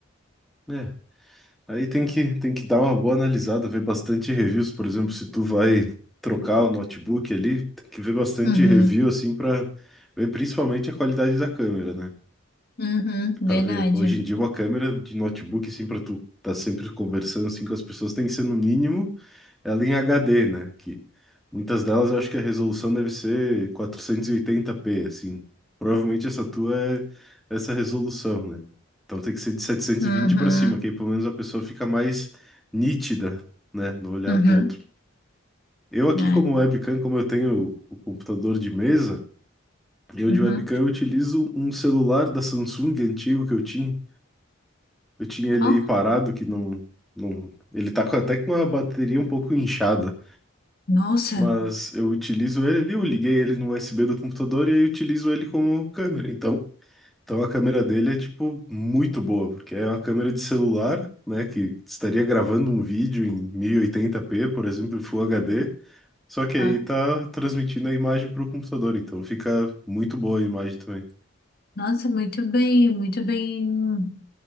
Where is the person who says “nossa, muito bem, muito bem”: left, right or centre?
Left